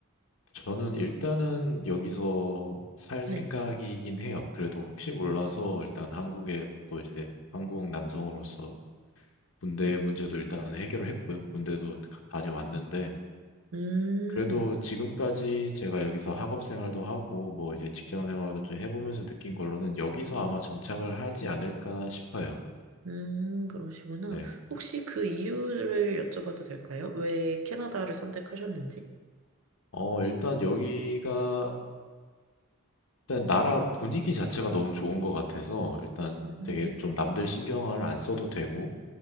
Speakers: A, on the left; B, on the right.
A: 저는 일단은 여기서 살
B: 네.
A: 생각이긴 해요. 그래도 혹시 몰라서 일단 한국에 또 이제 한국 남성으로서 군대
B: 음,
A: 문제도 일단 해결을 했고요. 군대도 가- 다녀왔는데,
B: 음,
A: 그래도 지금까지 제가 여기서 학업 생활도 하고 뭐 이제 직장 생활도 좀 해보면서 느낀 걸로는 여기서 아마 정착을 하지 않을까 싶어요.
B: 음, 그러시구나.
A: 네.
B: 혹시 그 이유를 여쭤봐도 될까요? 왜 캐나다를 선택하셨는지?
A: 어, 일단 여기가 일단 나라
B: 네.
A: 분위기 자체가 너무 좋은 것 같아서 일단
B: 음.
A: 되게 좀 남들 신경을 안 써도 되고